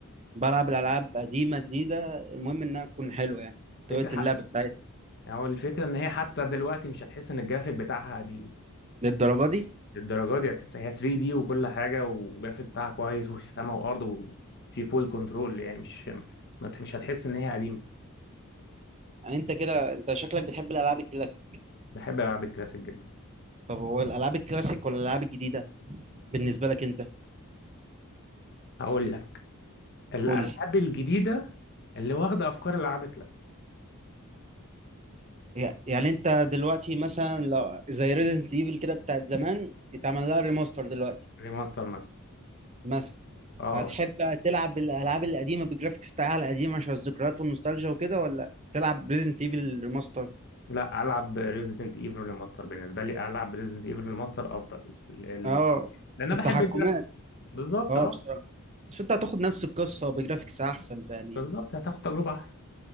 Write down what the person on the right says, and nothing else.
بلعب الألعاب قديمة جديدة المهم إنها تكون حلوة يعني طريقة
اللعب بتاعتها
للدرجة دي
يعني أنت كده أنت شكلك بتحب الألعاب الكلاسيك
طب هو الألعاب الكلاسيك ولا الألعاب الجديدة بالنسبة لك أنت
قول لي
يع- يعني أنت دلوقتي مثلا لو زي ريزنت إيفل كده بتاعت زمان اتعمل لها ريماستر دلوقتي
مثلا
هتحب تلعب الالعاب القديمه بالجرافيكس بتاعها القديمه عشان الذكريات والنوستالجيا وكده ولا تلعب ريزنت ايفل ريماستر
اه
التحكمات
اه
بصراحه بس انت هتاخد نفس القصه بجرافيكس احسن يعني